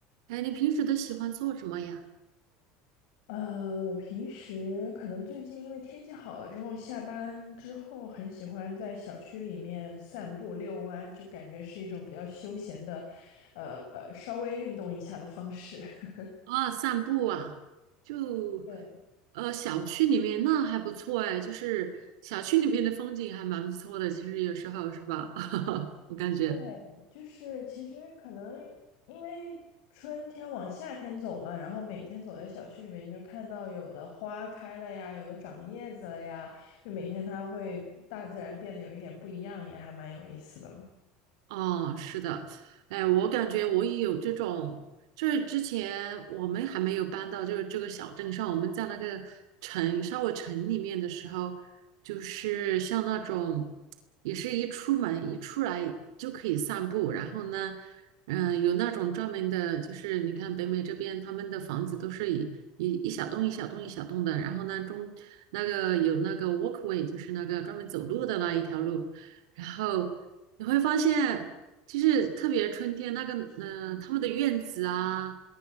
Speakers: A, on the right; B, on the left.
A: 哎，你平时都喜欢做什么呀？
B: 呃，我平时可能最近因为天气好了之后，下班之后很喜欢在小区里面散步遛弯，就感觉是一种比较休闲的，呃，稍微运动一下的方式。<laughs>
A: 啊，散步啊，就
B: 对
A: 呃小区里面那还不错哎，就是小区里面的风景还蛮不错的，其实有时候是吧？<laughs> 我感觉。
B: 对，就是其实可能因为春天往夏天走嘛，然后每天走在小区里面，你就看到有的花开了呀，有的长叶子了呀，就每天它会大自然变得有一点不一样，也还蛮有意思的。
A: 哦，是的，哎，我感觉我也有这种，就是之前我们还没有搬到就是这个小镇上，我们在那个城稍微城里面的时候，就是像那种，也是一出门一出来就可以散步，然后呢，嗯、有那种专门的，就是你看北美这边他们的房子都是一一一小栋一小栋一小栋的，然后呢中那个有那个 walkway，就是那个专门走路的那一条路。然后你会发现，就是特别春天那个，嗯、他们的院子啊，